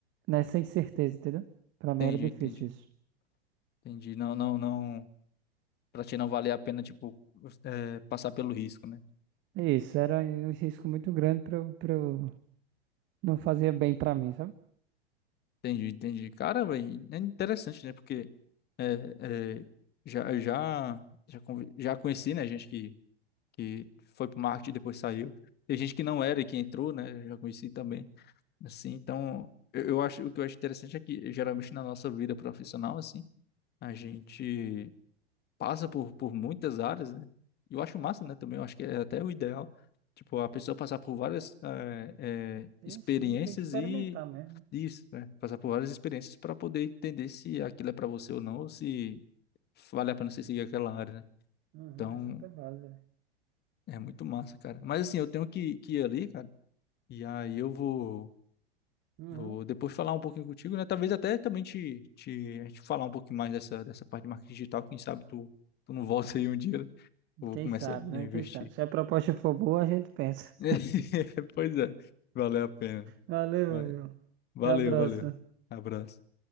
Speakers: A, on the right (about 35°); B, on the left (about 30°).
A: nessa incerteza, entendeu? Pra mim
B: Entendi,
A: era difícil
B: entendi.
A: isso.
B: Entendi. Não, não, não. Pra ti não valer a pena, tipo, é, passar pelo risco, né?
A: É Isso, era um risco muito grande pra eu, pra eu... Não fazia bem pra mim, sabe?
B: Entendi, entendi. cara e é interessante, né? Porque é, é, já, já, já, convi- já conheci, né? Gente que, que foi pro marketing e depois saiu. Tem gente que não era e que entrou, né? eu Já conheci também. Assim, então, eu, eu acho, o que eu acho interessante é que geralmente na nossa vida profissional, assim, a gente passa por, por muitas áreas, né? E eu acho massa, né? Também eu acho que é até o ideal. Tipo, a pessoa passar por várias eh, eh,
A: Sim,
B: experiências
A: sim, tem que experimentar
B: e
A: mesmo.
B: isso, né? Passar por várias experiências para poder entender se aquilo é para você ou não, ou se vale a pena você seguir aquela área, né?
A: Uhum,
B: Então,
A: é super válido. velho.
B: é muito massa, cara. Mas assim, eu tenho que, que ir ali, cara. E aí eu vou,
A: Uhum.
B: vou depois falar um pouquinho contigo, né? Talvez até também te, te, a gente falar um pouquinho mais dessa, dessa parte de marketing digital. Quem sabe tu, tu não <laughs> volta aí um dia, né? Eu vou
A: Quem
B: começar
A: sabe,
B: a
A: né?
B: investir.
A: Quem sabe. Se a proposta for boa, a gente pensa.
B: <laughs> Pois é, valeu a pena.
A: Valeu,
B: Mas
A: meu.
B: valeu,
A: Até a próxima.
B: valeu. Abraço.